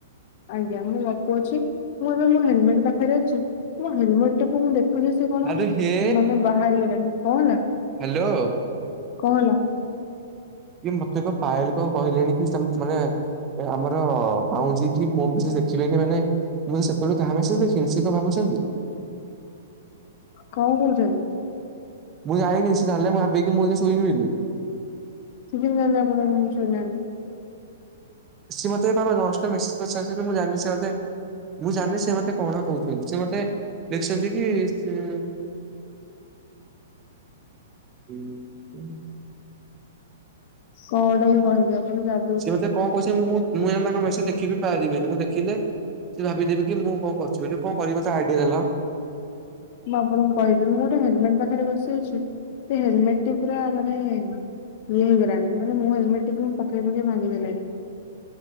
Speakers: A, on the left; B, on the right.
A: ଆଜ୍ଞା ମୁଁ ଲଟକଉଚି ମୁଁ ଏବେ ମୋ ହେଲମେଟ୍ ପାଖରେ ଅଛି ମୋ ହେଲମେଟ୍ ଟାକୁ ମୁଁ ଦେ ଖୁ ବି ସିଏ କଣ
B: ଆରେ ହେ
A: ବୁ ନା ନା ବାହାରିଗଲାଣି କଁ ହେଲା?
B: ହାଲୋ।
A: କଁ ହେଲା?
B: ଇ ମତେ କ ପାଏଲ କଁ କହିଲେଣି କି ସେ ମାନେ ଏ ଆମର ପାଉଁଜି କି ମୁଁ ବି ସେ ଦେଖିବେନି ମାନେ ମୁଁ ତ ସେତୋଳୁ କାହା ମେସେଜ୍ ଦେଖିନି ସେ କଁ ଭାବୁଛନ୍ତି?
A: କଁ କହୁଚନ୍ତି?
B: ମୁଁ ଯାଇନି ସେ ଜାଣଲେ ମୁଁ ଭାବିବେ କି ମୁଁ ଏବେ ଶୋଇନି ବୋଲି।
A: ସେ କେମତି ଜାଣଲେ ଆପଣ ଏଇକ୍ଷୁଣି ଶୋଇନାହାନ୍ତି?
B: ସେ ମତେ ଏ ପା ମେ ନଷ୍ଟ ମେସେଜ୍ କରିଚାଲଚନ୍ତି ମୁଁ ଜାଣିନି ସେ ମତେ ମୁଁ ଜାଣିନେଇ ସେ ମତେ କଣ କୋହୁଚନ୍ତି ସେ ମତେ ଲେଖିଛନ୍ତି କି ଚୁଁ ହୁଁ ଉଁ
A: କ ଗଟେ ମୁଁ କହିବି ଯେ ଆପଣ ଯା
B: ସିଏ ମତେ କଁ କୋହୁଚି ମୁଁ ମୁଁ ଯାଣେ ତାଙ୍କ ମେସେଜ୍ ଦେଖି ବି ପାରିବିନି ମୁଁ ଦେଖିଲେ ସେ ଭାବିଦେବେ କି ମୁଁ କଁ କରୁଚି ବୋଲି କଁ କରିବି ମତେ ଆଇଡ଼ିଆ ଦେଲ।
A: ମୁଁ ଆପଣଙ୍କୁ କହିବି ମୁଁ ଗୋଟେ ହେଲମେଟ୍ ପାଖରେ ବସିଅଛି ସେ ହେଲମେଟ୍ ଟି ପୁରା ମାନେ ଇଏ ହେଇଗଲାଣି ମାନେ ମୁଁ ହେଲମଟ୍ ଟିକୁ ପକେଇ ପକେଇ ଭାଙ୍ଗିଦେଲିଣି।